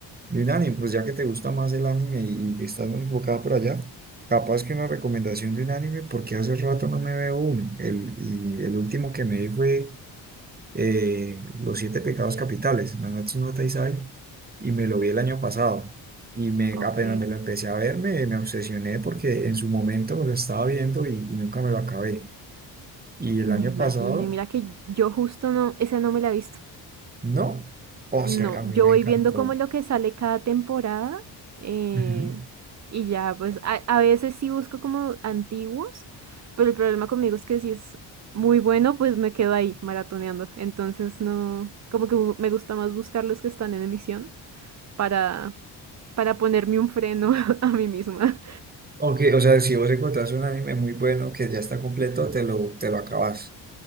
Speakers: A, on the right; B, on the right.
A: de un anime, pues ya que te gusta más el anime y, y estás muy enfocada por allá, capaz que una recomendación de un anime, porque hace rato no me veo uno. El, y el último que me vi fue eh, Los siete pecados capitales, Nanatsu no Taizai, y me lo vi el año pasado. Y me,
B: Ok.
A: apenas me lo empecé a ver, me, me obsesioné porque en su momento me lo estaba viendo y, y nunca me lo acabé. Y el
B: Me
A: año
B: imagino.
A: pasado,
B: Y mira que yo justo no, esa no me la he visto.
A: no. O
B: No,
A: sea, a mí
B: yo
A: me
B: voy
A: encantó.
B: viendo como lo que sale cada temporada. eh,
A: Ujú.
B: y ya, pues a, a veces sí busco como antiguos, pero el problema conmigo es que si es muy bueno, pues me quedo ahí maratoneando. Entonces no, como que bu- me gusta más buscar los que están en emisión para, para ponerme un freno <laughs> a mí misma.
A: Ok, o sea, si vos encontrás un anime muy bueno que ya está completo, te lo, te lo acabas.